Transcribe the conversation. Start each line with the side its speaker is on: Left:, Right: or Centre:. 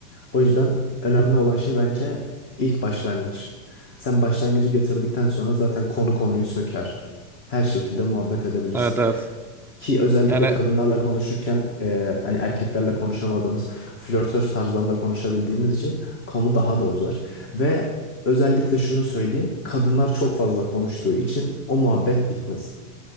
Left: O yüzden önemli olan şey bence ilk başlangıç. Sen başlangıcı getirdikten sonra zaten konu konuyu söker. Her şekilde muhabbet edebilirsin.
Centre: Evet evet.
Left: Ki özellikle
Centre: Yani,
Left: kadınlarla konuşurken e, hani erkeklerle konuşamadığımız flörtöz tarzdan da konuşabildiğimiz için konu daha da uzar. Ve özellikle şunu söyleyeyim, kadınlar çok fazla konuştuğu için o muhabbet bitmez.